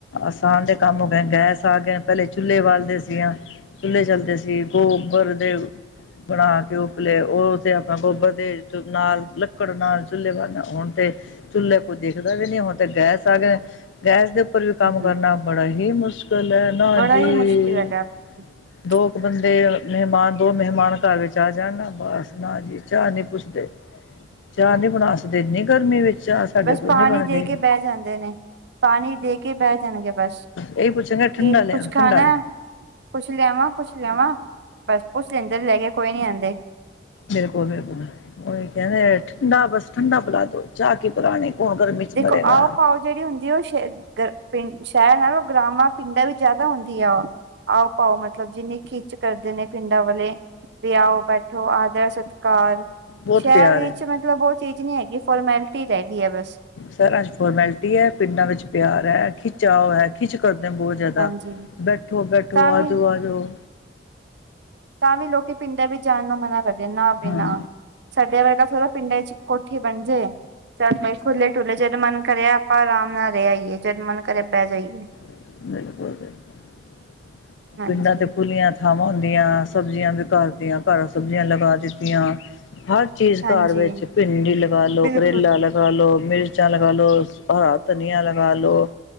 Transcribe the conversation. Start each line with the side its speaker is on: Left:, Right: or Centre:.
Left: ਆਸਾਨ ਦੇ ਕੰਮ ਗੈਸ ਆ ਗ, ਪਹਿਲੇ ਚੁੱਲੇ ਬਾਲਦੇ ਸੀ ਹ ਚੁੱਲੇ ਚੱਲਦੇ ਸੀ ਗੋਬਰ ਦੇ। ਬਣਾ ਕੇ ਉਪਲੇ, ਉਹ ਤੇ ਆਪਣਾ ਗੋਬਰ ਦੇ ਨਾਲ ਲੱਕੜ ਨਾਲ ਚੁੱਲੇਵ ਆਉਣ ਤੇ। ਚੁੱਲ੍ਹੇ ਕੋਈ ਦੇਖਦਾ ਵੀ ਨਹੀਂ, ਹੁਣ ਤਾਂ ਗੈਸ ਆ ਗਏ ਗੈਸ ਦੇ ਉੱਪਰ ਵੀ ਕੰਮ
Right: ਹਮ
Left: ਕਰਨਾ,
Right: ਹਮ
Left: ਬੜਾ ਹੀ ਮੁਸ਼ਕਿਲ ਹੈ, ਨਾ
Right: ਬੜਾ
Left: ਜੀ।
Right: ਹੀ ਮੁਸ਼ਕਿਲ <inaudible>
Left: ਦੋ ਕੁ ਬੰਦੇ, ਮਹਿਮਾਨ ਦੋ ਮਹਿਮਾਨ ਘਰ ਵਿੱਚ ਆ ਜਾਣ ਨਾ ਬਸ, ਨਾ ਜੀ ਚਾਹ ਨੀ ਪੁੱਛਦੇ। ਚਾਹ ਨੀ ਬਣਾਸਦੇ ਇਨੀ ਗਰਮੀ ਵਿੱਚ। ਚਾਹ ਸਾਡੇ
Right: ਬਸ
Left: ਕੋਲ
Right: ਪਾਣੀ
Left: ਨਹੀਂ ਬਣਦੀ
Right: ਦੇ ਕੇ ਬਹਿ ਜਾਂਦੇ ਨੇ, ਪਾਣੀ ਦੇ ਕੇ ਬਹਿ ਜਾਣਗੇ। ਬਸ,
Left: ਇਹੀ ਪੁੱਛਾਂਗੇ
Right: ਕੀ
Left: ਠੰਡਾ ਲਿਆ
Right: ਕੁਛ ਖਾਣਾ
Left: ਠੰਡਾ ਲਿਆ
Right: ਹੈ। ਕੁਛ ਲਿਆਵਾਂ, ਕੁਛ ਲਿਆਵਾਂ, ਬਸ ਪੁਛ ਲੈਂਦੇ ਨੇ, ਲੈ ਕੇ ਕੋਈ ਨੀ ਆਂਦੇ।
Left: ਬਿਲਕੁਲ- ਬਿਲਕੁਲ ਉਹੀ ਕਹਿੰਦੇ, ਠੰਡਾ ਬਸ ਠੰਡਾ ਪਿਲਾ ਦੋ, ਚਾਹ ਕੀ ਪੁਰਾਣੀ, ਕੌਣ ਗਰਮੀ 'ਚ
Right: ਦੇਖੋ
Left: ਮਰੇਗਾ।
Right: ਆਓ ਪਾਓ ਜਿਹੜੀ ਹੁੰਦੀ ਆ ਉਹ ਸ਼ ਪਿੰ ਸ਼ਹਿਰ ਨਾਲੋਂ ਗਰਾਵਾਂ ਪਿੰਡਾਂ ਵੀ ਜਿਆਦਾ ਹੁੰਦੀ ਆ ਉਹ। ਆਓ ਪਾਓ ਮਤਲਬ ਜਿੰਨੀ ਖਿੱਚ ਕਰਦੇ ਨੇ ਪਿੰਡਾਂ ਵਾਲੇ। ਤੇ ਆਓ ਬੈਠੋ ਆਦਰ ਸਤਿਕਾਰ
Left: ਬਹੁਤ
Right: ਸ਼ਹਿਰ
Left: ਪਿਆਰ
Right: ਵਿੱਚ
Left: ਹੈ।
Right: ਮੈਂ ਮਤਲਬ ਉਹ ਚੀਜ਼ ਨੀ ਹੈਗੀ ਫੋਰਮੈਲਿਟੀ ਰਹਿ ਗਈ ਹੈ। ਬਸ
Left: ਸਰ ਅੱਜ ਫੋਰਮੈਲਿਟੀ ਹੈ ਪਿੰਡਾਂ ਵਿੱਚ ਪਿਆਰ ਹੈ ਤੇ ਚਾਓ ਹੈ। ਖਿੱਚ ਕਰਦੇ ਬਹੁਤ ਜ਼ਿਆਦਾ
Right: ਹਾਂਜੀ
Left: ਬੈਠੋ ਬੈਠੋ
Right: ਤਾਂ
Left: ਆ
Right: ਵੀ
Left: ਜਾਓ ਆ ਜਾਓ
Right: ਤਾਂ ਵੀ ਲੋਕੀ ਪਿੰਡਾਂ ਵਿੱਚ ਜਾਣ ਨੂੰ ਮਨਾ ਕਰਦੇ ਨਾ ਬੀ
Left: ਹਾਂ,
Right: ਨਾ ਸਾਡੇ ਵਰਗਾ ਥੋਰਾ ਪਿੰਡਾਂ ਚ ਕੋਠੀ ਬਣ ਜਾਏ ਚੱਲ ਬਈ ਖੁੱਲੇ ਦੁਲੇ ਜਦ ਮਨ ਕਰਆ ਆਪਾਂ ਆਰਾਮ ਨਾਲ ਰਹਿ ਆਈਏ ਜਦ ਮਨ ਕਰਿਆ ਪਹਿ ਜਾਈਏ
Left: <unintelligible>
Right: ਹਾਂਜੀ
Left: ਪਿੰਡਾਂ ਤੇ ਖੁੱਲੀਆਂ ਥਾਵਾਂ ਹੁੰਦੀਆਂ ਸਬਜ਼ੀਆਂ ਵੀ ਘਰ ਦੀਆਂ ਘਰ ਸਬਜ਼ੀਆਂ ਲਗਾ ਦਿੱਤੀਆਂ ਹਰ ਚੀਜ਼
Right: ਹਾਂਜੀ
Left: ਘਰ ਵਿੱਚ ਭਿੰਡੀ ਲਗਾ ਲੋ
Right: ਬਿਲਕੁਲ
Left: ਕਰੇਲਾ ਲਗਾ ਲੋ ਮਿਰਚ ਮਿਰਚਾਂ ਲਗਾ ਲੋਹ ਹਰਾ ਧਨੀਆ ਲਗਾ ਲੋ